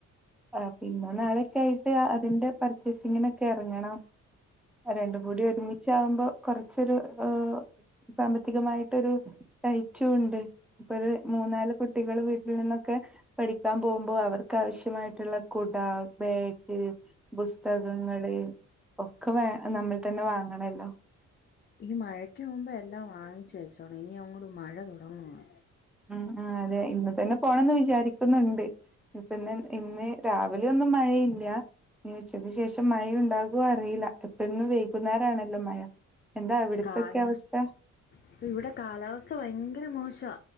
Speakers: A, in the centre; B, on the left.
A: ആഹ് പിന്നെ നാള്യൊക്കായിട്ട് അതിന്റെ പർച്ചേസിങ്ങിനൊക്കെ എറങ്ങണം. രണ്ടും കൂടി ഒരുമിച്ചാവുമ്പം കൊർച്ചൊരു ഏഹ് സാമ്പത്തികമായിട്ടൊരു ടൈറ്റൂണ്ട്. ഇപ്പൊരു മൂന്നാല് കുട്ടികള് വീട്ടിൽ നിന്നൊക്കെ പഠിക്കാൻ പോവുമ്പോ അവർക്കാവശ്യമായിട്ടുള്ള കുട, ബാഗ് പുസ്തകങ്ങള് ഒക്കെ വേ നമ്മൾ തന്നെ വാങ്ങണല്ലോ.
B: ഈ മഴയ്ക്ക് മുമ്പ് എല്ലാം വാങ്ങിച്ച് വെച്ചോണം ഇനി അങ്ങോട് മഴ തുടങ്ങുവാ.
A: ഉം ഉം അതെ ഇന്ന് തന്നെ പോണംന്ന് വിചാരിക്കുന്നുണ്ട്. ഇപ്പിന്ന് ഇന്ന് രാവിലെ ഒന്നും മഴയില്ല്യാ. ഇനി ഉച്ചയ്ക്ക് ശേഷം മഴ ഉണ്ടാകോ അറീല്ല എപ്പൊന്നും വെെകുന്നേരാണല്ലോ മഴ. എന്താ അവിടത്തൊക്കെ
B: കാല
A: അവസ്ഥ
B: ഇപ്പിവിടെ കാലാവസ്ഥ ഭയങ്കര മോശവാ.